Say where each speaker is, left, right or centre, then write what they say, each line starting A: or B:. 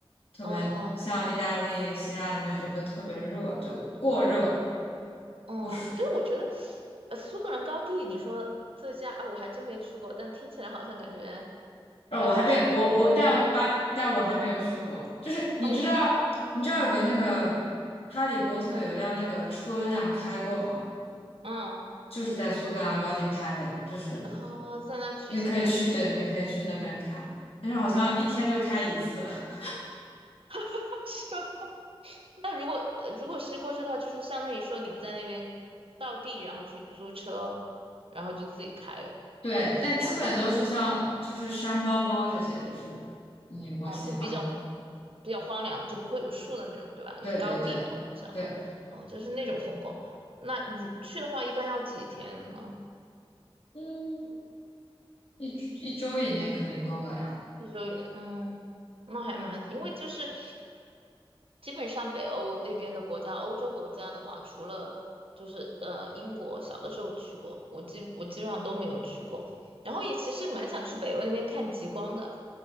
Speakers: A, on the left; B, on the right.
A: 特别像意大利、
B: 哦，
A: 希腊那边就会特别热，就过热
B: 嗯，
A: 不暑。
B: 对，我觉得，呃，苏格兰高地，你说自驾，啊我还真没去过，但听起来好像感觉
A: 呃，
B: 还不错。
A: 我还没我我，但我巴但我还没有去过。就是你知道你知道有个那个
B: <laughs> 哦，你
A: 《哈利波特》有一辆那个车那样开过吗？
B: <laughs> 嗯，
A: 就是在苏格兰高地拍的，就是
B: 然后在那取景的。
A: 你可以去，对对，你可以去那边看，但是好像一天就开一次。<laughs>
B: <laughs> 是吧？那如果呃如果是过去的话，就是相当于说你在那边到地，然后去租车，然后就自己开，
A: 对，
B: 自己驾过去。
A: 但基本都是像就是山包包这些，
B: 是吧？
A: 就是你如果喜欢的话，
B: 哦，就比较比较荒凉的，就不会有树的那种，对吧？
A: 对对对对，
B: 那高地嘛，我想的话，哦，就是那种风光。那如去的话，一般要几天呢？
A: 嗯，一一周以内肯定够了呀。
B: 一周以内，嗯，那还蛮，因为就是基本上北欧那边的国家，欧洲国家的话，除了就是呃英国，小的时候去过，我基我基本上都没有去过。然后也其实蛮想去北欧那边看极光的，